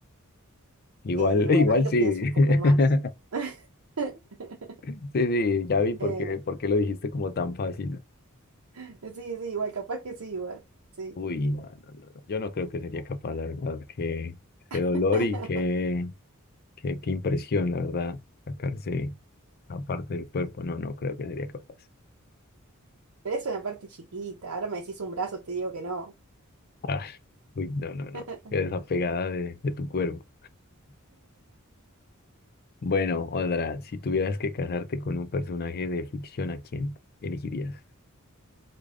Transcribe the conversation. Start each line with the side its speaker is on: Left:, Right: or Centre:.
Left: Igual,
Right: Eh, bueno,
Left: <laughs> igual
Right: ahí lo
Left: sí.
Right: pienso un poco
Left: <laughs>
Right: más. <laughs>
Left: Sí, sí, ya vi por
Right: Eh,
Left: qué, por qué lo dijiste como tan fácil.
Right: sí, sí, igual, capaz que sí, igual. Sí.
Left: Uy, no, no, no, no. Yo no creo que sería capaz, la verdad. Qué, qué
Right: <laughs>
Left: dolor y qué, qué, qué impresión, la verdad, sacarse aparte del cuerpo. No, no creo que sería capaz.
Right: Pero es una parte chiquita. Ahora me decís un brazo, te digo que no.
Left: Ah, uy, no, no, no.
Right: <laughs>
Left: Qué desapegada de, de tu cuerpo. Bueno, Odra, si tuvieras que casarte con un personaje de ficción, ¿a quién elegirías?